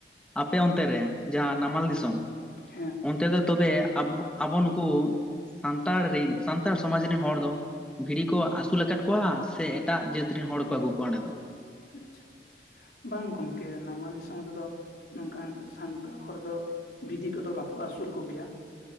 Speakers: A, in the centre; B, on the left (about 60°).
A: ᱟᱯᱮ ᱚᱱᱛᱮ ᱨᱮ ᱡᱟᱦᱟᱸ ᱱᱟᱢᱟᱞ ᱫᱤᱥᱚᱢ
B: ᱦᱮᱸ᱾
A: ᱚᱱᱛᱮ ᱫᱚ ᱛᱚᱵᱮᱚ ᱟᱵᱚ ᱟᱵᱚ ᱱᱩᱠᱩ ᱥᱟᱱᱛᱟᱲ ᱨᱤᱱ ᱥᱟᱱᱛᱟᱲ ᱥᱚᱢᱟᱡ ᱨᱮᱱ ᱦᱚᱲ ᱫᱚ ᱵᱷᱤᱲᱤ ᱠᱚ ᱟᱹᱥᱩᱞᱟ ᱠᱟᱫ ᱠᱚᱣᱟ ᱥᱮ ᱮᱴᱟᱜ ᱡᱟᱹᱛ ᱨᱮᱱ ᱦᱚᱲ ᱠᱚ ᱟᱹᱜᱩ ᱠᱚᱣᱟ ᱚᱸᱰᱮ ᱫᱚ?
B: ᱟᱪᱪᱷᱟ, ᱵᱟᱝ ᱜᱚᱢᱠᱮ ᱱᱟᱢᱟᱞ ᱫᱤᱥᱚᱢ ᱨᱮᱫᱚ ᱱᱚᱝᱠᱟᱱ ᱥᱟᱱᱛᱟᱲ ᱦᱚᱲ ᱫᱚ ᱵᱷᱤᱰᱤ ᱠᱚᱫᱚ ᱵᱟᱠᱚ ᱟᱹᱥᱩᱞ ᱠᱚᱜᱮᱭᱟ᱾